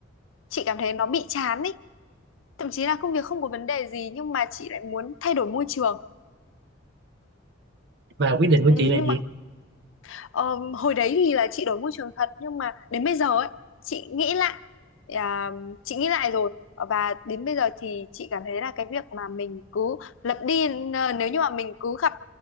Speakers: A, on the left; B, on the right.
A: chị cảm thấy nó bị chán ấy thậm chí là công việc không có vấn đề gì nhưng mà chị lại muốn thay đổi môi trường
B: và quyết định của
A: Ừ, nhưng
B: chị là gì
A: mà ờ, hồi đấy thì là chị đổi môi trường thật nhưng mà đến bây giờ ấy chị nghĩ lại à, chị nghĩ lại rồi và đến bây giờ thì chị cảm thấy là cái việc mà mình cứ lặp đi ờ, nếu như mà mình cứ gặp